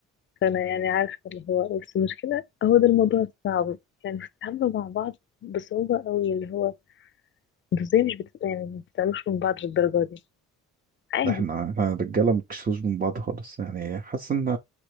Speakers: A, on the left (about 40°); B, on the right (about 30°).
A: فانا يعني عارفه اللي هو بس المشكله هو ده الموضوع الصعب يعني بتتعاملوا مع بعض بصعوبه قوي اللي هو انتوا ازاي مش بت... يعني ما بتتعاملوش من بعض للدرجه دي عادي
B: احنا احنا الرجاله مكشوش من بعض خالص يعني حاسس ان